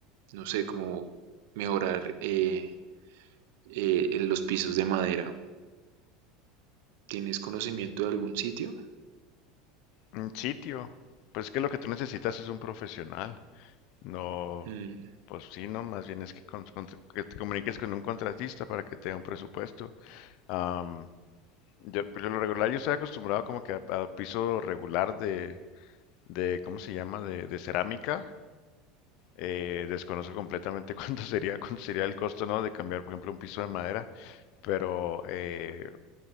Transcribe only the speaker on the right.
no sé, como mejorar eh, eh, los pisos de madera ¿Tienes conocimiento de algún sitio?
Mm,